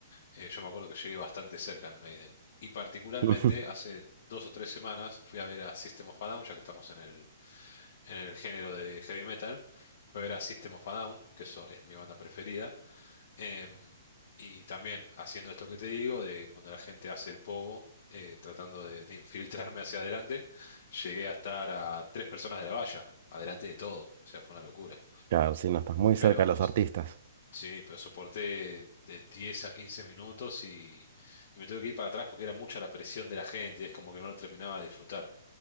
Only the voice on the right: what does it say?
ujú.
Claro, si no estás muy cerca
de los artistas.